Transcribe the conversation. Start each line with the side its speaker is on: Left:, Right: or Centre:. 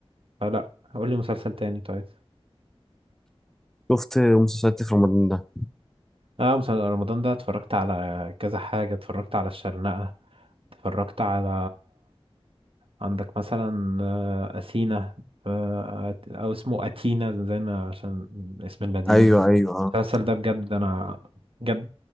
Right: فلا قول لي مسلسل تاني طيب
Centre: شفت مسلسلات في رمضان ده
Right: اه مسلسل رمضان ده اتفرجت على كذا حاجة اتفرجت على الشرنقة اتفرجت على عندك مثلا آه، أثينا آه، أو اسمه أتينا زي ما عشان اسم المدينة
Centre: ايوه ايوه اه
Right: المسلسل ده بجد أنا بجد